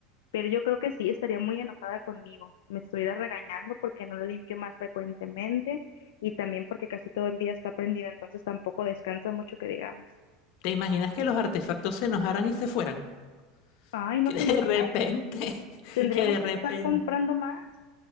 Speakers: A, on the left; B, on the left.
A: pero yo creo que sí estaría muy enojada conmigo, me estuviera regañando porque no lo limpio más frecuentemente y también porque casi todo el día está prendida, entonces tampoco descansa mucho que digamos.
B: ¿Te imaginas que los artefactos se enojaran y se fueran? <laughs>
A: Ay, no
B: Que
A: te imaginas,
B: de repente, <laughs>
A: tendríamos
B: que de repente,
A: que estar comprando más.